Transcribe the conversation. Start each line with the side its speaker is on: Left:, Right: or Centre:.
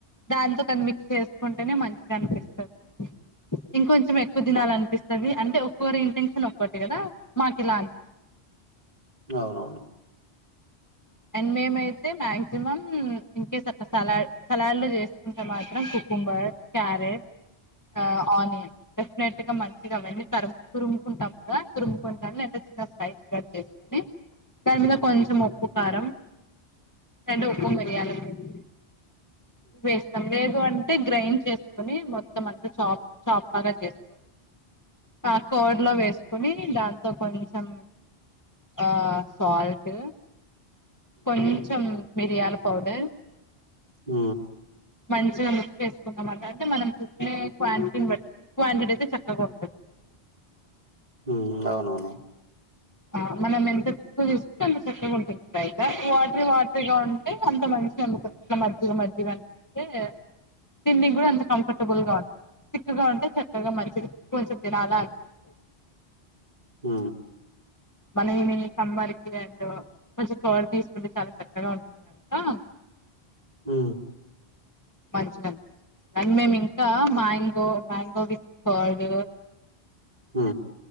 Left: దాంతో కానీ మిక్స్ చేసుకుంటేనే మంచిగా అనిపిస్తది ఇంకొంచెం ఎక్కువ దినాల అనిపిస్తది అంటే ఒక్కొరి ఇంటెన్షన్ ఒక్కటి కదా మాకిలన్
Right: అవునవును
Left: అండ్ మేమ్ అయితే maximum in case at salad salad లో చేసుకుంటే మాత్రం కుకుంబర్ క్యారెట్ ఆ ఆనియన్ డెఫినెట్ గా మంచిగాఅవన్నీ తరుము తురుముకుంటాం కదా తురుముకునినింటే స్లైసెస్ చేసుకోని దాని మీద కొంచెం ఉప్పు కారం తెల ఉప్పు మరియాలు పుడి వేస్తాం లేదు అంటే గ్రైండ్ చేసుకోని మొత్తం అంతా చా చాప లాగా చేస్తం త కోడ్ లో వేస్ కొని దాంతో కొంచెం ఆ సాల్ట్ కొంచం మిరియాల పౌడర్
Right: ఆ
Left: మంచిగ మిక్స్ చేస్ స్కున్నం అంటే మనం చూసుకునే క్వాంటిటీ బట్టి క్వాంటిటీ అయితే చక్కగా ఉంటుంది
Right: ఉ అవునవును
Left: ఆ మనం ఎంత తక్కువ తీసుకుంటే అంత చక్కగా ఉంటుంది అయితే వాట వా గా ఉంటే అంత మంచిగ నమ్ముట్లా మజ్జిగా మజ్జిగ అనిపిస్తే తిన్నిక్ కూడ అంత కంఫర్టబుల్ గా ఉంటుంది చిక్కగా ఉంటే చక్కగా మంచిది కొంచెం దినాలా పిస్త
Right: ఉ
Left: మన ఇని కంబాలకి అండ్ కొంచెం క్పాంటి తీసుకుంటే చాలా చక్కగా ఉంటుంది ఆ
Right: హ
Left: మంచిగ అనిపిస్త అండ్ మేము ఇంక మ్యాంగో మ్యాంగో విత్ కర్డ్
Right: మ్